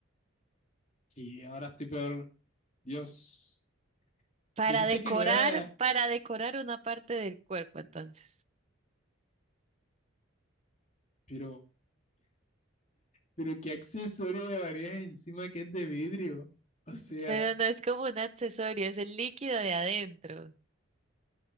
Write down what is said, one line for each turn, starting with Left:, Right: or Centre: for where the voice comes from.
Left: Sí, ahora estoy peor. Dios,
Right: Para
Left: dijiste
Right: decorar,
Left: que no era de...
Right: para decorar una parte del cuerpo, entonces.
Left: Pero, pero ¿qué accesorio llevarías encima que es de vidrio? O sea,
Right: Pero no es como un accesorio, es el líquido de adentro.